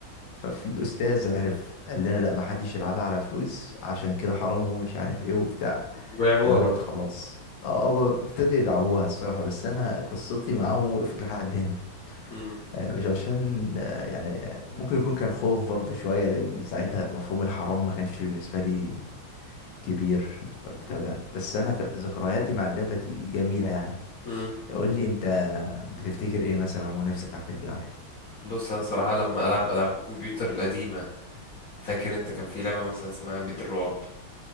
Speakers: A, on the left; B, on the left.
A: ففي استاذ عرف قال لنا لا ما حدش يلعبها على فلوس عشان كده حرام ومش عارف ايه وبتاع
B: ولعبوها
A: فانا
B: برضه
A: قلت خلاص اه هما ابتدوا يلعبوها الصراحه بس انا قصتي معاهم وقفت لحد هنا
B: مم.
A: آه، مش عشان آه، يعني آه، ممكن يكون كان خوف برضه شويه لان ساعتها مفهوم الحرام ما كانش بالنسبه لي كبير والبتاع ده بس انا ك- ذكرياتي مع اللعبه دي جميله يعني
B: مم.
A: قول لي انت بتفتكر ايه مثلا ونفسك ترجع له
B: بص انا صراحة لما العب العاب الكمبيوتر القديمة فاكر انت كان في لعبة مثلا اسمها بيت الرعب